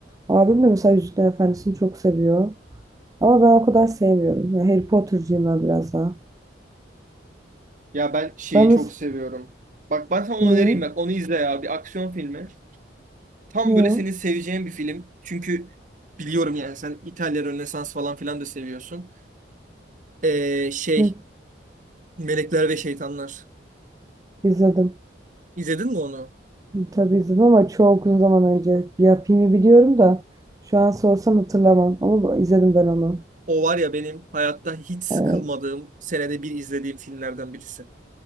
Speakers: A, on the right (about 20°); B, on the right (about 45°).
A: Abim de mesela Yüzüklerin Efendisi'ni çok seviyor. Ama ben o kadar sevmiyorum. Yani Harry Potter'cıyım ben biraz daha.
B: Ya ben şeyi
A: Ben
B: çok
A: mesela...
B: seviyorum. Bak ben sana onu
A: Neyi?
B: önereyim bak onu izle ya bir aksiyon filmi. Tam
A: Ne
B: böyle
A: ya?
B: senin seveceğin bir film. Çünkü biliyorum yani sen İtalya Rönesans falan filan da seviyorsun. Ee, şey
A: Ne?
B: Melekler ve Şeytanlar.
A: İzledim.
B: İzledin mi onu?
A: Tabii izledim ama çok uzun zaman önce. Ya filmi biliyorum da şu an sorsam hatırlamam. Ama izledim ben onu.
B: O var ya benim hayatta hiç sıkılmadığım
A: Evet.
B: senede bir izlediğim filmlerden birisi.